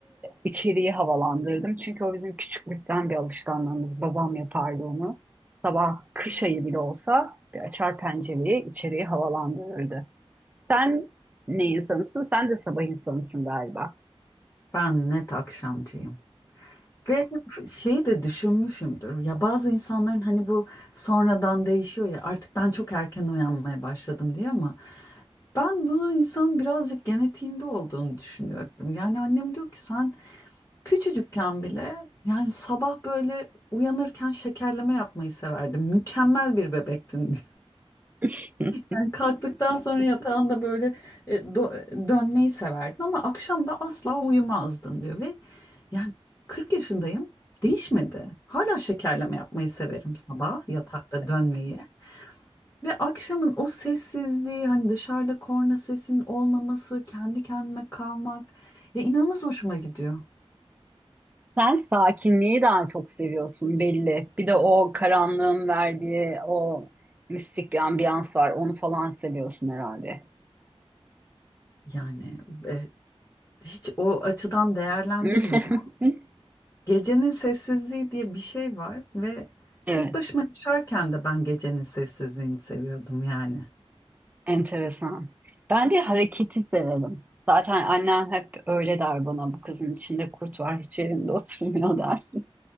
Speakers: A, on the right; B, on the left.
A: içeriği havalandırdım. Çünkü o bizim küçüklükten bir alışkanlığımız. Babam yapardı onu. Sabah kış ayı bile olsa bir açar pencereyi içeriği havalandırırdı. Sen ne insanısın? Sen de sabah insanısın galiba.
B: Ben net akşamcıyım. Ve hep şeyi de düşünmüşümdür. Ya bazı insanların hani bu sonradan değişiyor ya artık ben çok erken uyanmaya başladım diye ama ben bunu insanın birazcık genetiğinde olduğunu düşünüyorum. Yani annem diyor ki sen küçücükken bile yani sabah böyle uyanırken şekerleme yapmayı severdin. Mükemmel bir bebektin
A: <laughs>
B: yani kalktıktan sonra yatağında böyle e, do- dönmeyi severdin ama akşam da asla uyumazdın diyor ve yani 40 yaşındayım değişmedi. Hala şekerleme yapmayı severim sabah yatakta dönmeyi. Ve akşamın o sessizliği hani dışarıda korna sesinin olmaması, kendi kendime kalmak ya inanılmaz hoşuma gidiyor.
A: Sen sakinliği daha çok seviyorsun belli. Bir de o karanlığın verdiği o mistik bir ambiyans var. Onu falan seviyorsun herhalde.
B: Yani e, hiç o açıdan değerlendirmedim
A: <laughs>
B: Gecenin sessizliği diye bir şey var ve
A: Evet.
B: tek başıma yaşarken de ben gecenin sessizliğini seviyordum yani.
A: Enteresan. Ben de hareketi severim. Zaten annem hep öyle der bana bu kızın içinde kurt var hiç yerinde oturmuyor der. <laughs>